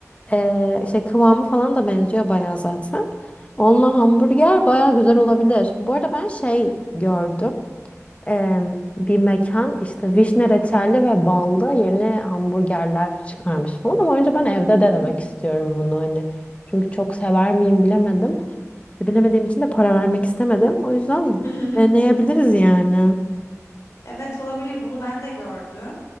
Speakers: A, on the left; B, on the left.
A: Ee, şey kıvamı falan da benziyor bayağı zaten. Onunla hamburger bayağı güzel olabilir. Bu arada ben şey gördüm. Ee, bir mekan işte vişne reçelli ve ballı yeni hamburgerler çıkarmış falan. Ama önce
B: Hmm.
A: ben evde denemek istiyorum bunu hani. Çünkü çok sever miyim bilemedim. Bilemediğim için de para vermek istemedim. O yüzden
B: <laughs>
A: deneyebiliriz yani.
B: Evet olabilir. Bunu ben de gördüm.